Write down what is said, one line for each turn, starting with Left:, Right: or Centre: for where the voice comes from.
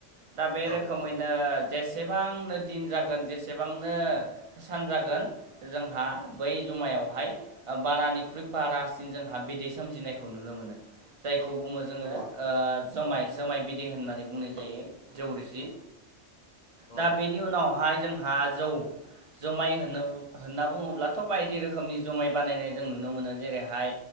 Right: दा बे
Left: औ
Right: रोखोमैनो
Left: औ
Right: जेसेबांनो दिन जागोन जेसेबांनो होसान जागोन जोंहा बै जुमायावहाय बारानिख्रुइ बारासिन जोंहा बिदै सोमजिनायखौ खौ नुनो मोनो जायखौ बुङो जोङो
Left: नंगौ
Right: जमाय जुमाय बिदे होननानै बुंनाय जायो जौरिसि
Left: औ
Right: दा बेनि
Left: औ
Right: उनावहाय जोंहा जौ जुमाय होनो होनना बुङोब्लाथ' बायदि रोखोमनि जुमाय बानायनाय जों नुनो मोनो जेरैहाय